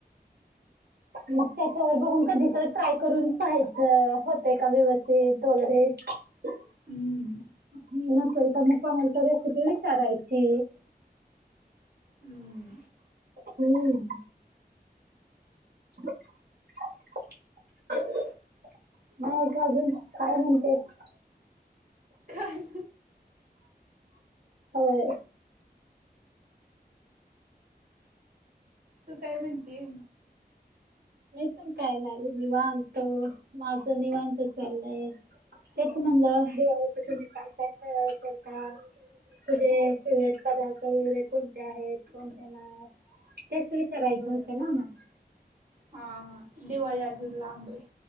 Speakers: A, on the right; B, on the right.
A: मग त्याच्यावर बघून कधी तर ट्राय करून पाहायचं, होत का व्यवस्थित वगैरे <unintelligible>
B: हम्म!
A: येत नसेल तर मग, कोणाला तर रेसिपी विचारायची.
B: हम्म!
A: हम्म! <unintelligible> मग अजून काय म्हणतेस?
B: का नाही.
A: होय.
B: तू काय म्हणती.
A: मी पण काय नाही, निवांत माझं निवांत चाललंय तेच म्हणलं दिवाळीच तुम्ही काय काय करता? तुझे फेेवरेट पदार्थ वगैरे कोणते आहेत. कोणते नाही? त्याच विचारायचं
B: बर
A: होतं ना मला.
B: हा हा दिवाळी अजून लांब आहे.